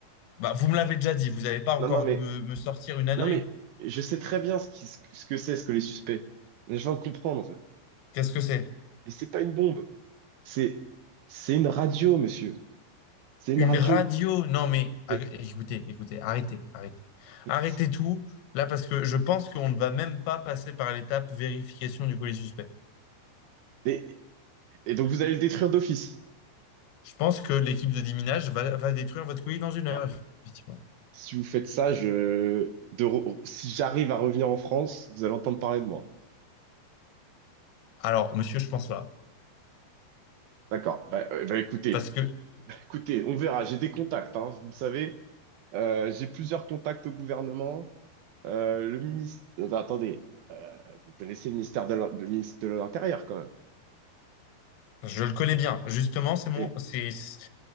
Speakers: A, on the left; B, on the right.
A: Bah, vous me l'avez déjà dit, vous n'allez pas
B: Non,
A: encore
B: non, mais.
A: me, me sortir une ânerie.
B: Non, mais je sais très bien ce qui- ce que c'est, ce que les suspects. Je viens de comprendre, en fait.
A: Qu'est-ce que c'est?
B: Mais c'est pas une bombe. C'est, c'est une radio, monsieur. C'est une
A: Une
B: radio.
A: radio? Non, mais
B: Mais,
A: arr- écoutez, écoutez, arrêtez, arrêtez.
B: mais-
A: Arrêtez tout, là, parce que je pense qu'on ne va même pas passer par l'étape vérification du colis suspect.
B: mais- et donc vous allez le détruire d'office.
A: Je pense que l'équipe de déminage va, va détruire votre colis dans une heure,
B: Alors,
A: effectivement.
B: si vous faites ça, je, de re- si j'arrive à revenir en France, vous allez entendre parler de moi.
A: Alors, monsieur, je pense pas.
B: D'accord. Bah, euh, bah, écoutez,
A: Parce que
B: écoutez, on verra. J'ai des contacts, hein, vous le savez. Euh, j'ai plusieurs contacts au gouvernement. Euh, le ministre, attendez, euh, vous connaissez le ministère de l'in- le ministre de l'Intérieur quand même.
A: Je le connais bien. Justement, c'est mon,
B: Oui.
A: c'est, c'est-